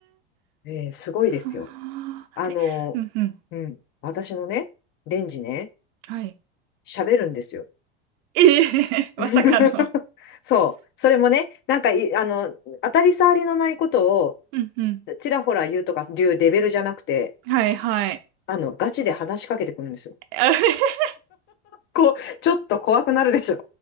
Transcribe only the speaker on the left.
えーすごいですよ。
あの、
うん、私のね、レンジね、
喋るんですよ。
<laughs> そう。それもね、なんかい、あの、当たり障りのないことを
ちらほら言うとかいうレベルじゃなくて、
あの、ガチで話しかけてくるんですよ。
こう、ちょっと怖くなるでしょ